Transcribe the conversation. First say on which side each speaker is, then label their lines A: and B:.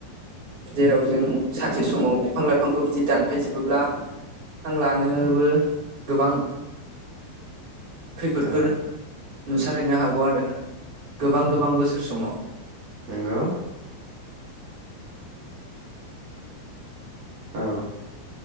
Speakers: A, on the right; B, on the right.
A: जेराव जों सानसे समाव बिफां -व लाइफांखौ बिदि दानफायजोबोब्ला हां लानोबो गोबां खैफोदफोर
B: औ
A: नुसारहैनो हागौ आरो गोबां गोबां बोसोर समाव।
B: नोंगौ औ